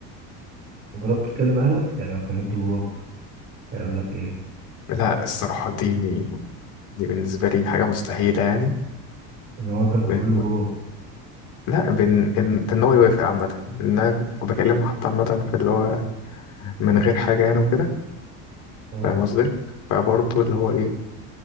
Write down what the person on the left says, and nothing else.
لا الصراحة دي دي بالنسبة لي حاجة مستحيلة يعني
ب-
لا بن ان ده ان هو يوافق عامة ان انا بكلمه حتى عامة في اللي هو من غير حاجة يعني وكده
فاهم قصدي فبرضه اللي هو ايه